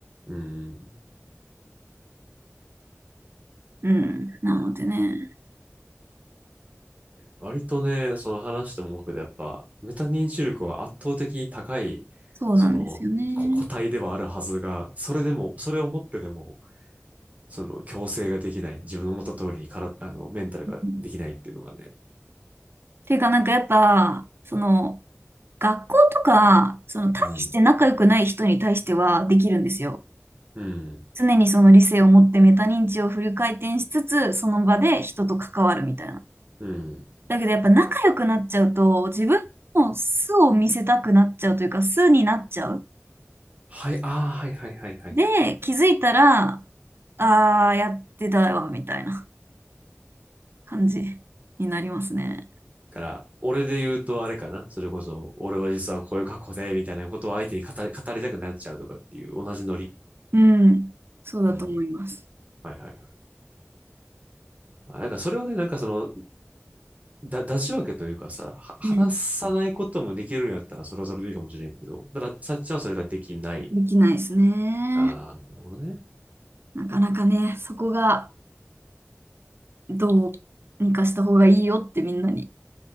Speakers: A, on the right (about 30°); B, on the right (about 55°).
A: うん。
B: うん。なのでね、
A: 割とね、その話しても多くでやっぱ、メタ認知力は圧倒的に高い、
B: そうなんですよね。
A: その、こ個体ではあるはずが、それでも、それを持ってでも、その、強制ができない、自分の思った通りにから、あの、メンタルができないっていうのがね。
B: うんていうかなんかやっぱ、その、学校とか、その、大して仲良くない人に対してはできるんですよ。
A: うん。うん。
B: 常にその理性を持ってメタ認知をフル回転しつつ、その場で人と関わるみたいな。
A: うん。
B: だけどやっぱ仲良くなっちゃうと、自分の素を見せたくなっちゃうというか、素になっちゃう。
A: はい、ああ、はいはいはいはい
B: で、気づいたら、あーやってたよみたいな感じになりますね。
A: から、俺で言うとあれかなそれこそ、俺は実はこういう過去で、みたいなことを相手に語り、語りたくなっちゃうとかっていう同じノリ。
B: うん。そうだと思います。
A: うん。はいはいはい。まあ、なんかそれをね、なんかその、だ、出し分けというかさ、は話さないこともできるんやったら、
B: うん。
A: それはそれでいいかもしれんけど、ただ、さっちゃんはそれができない。
B: できないですね。
A: ああ、なるほどね。
B: なかなかね、そこがどうにかした方がいいよってみんなに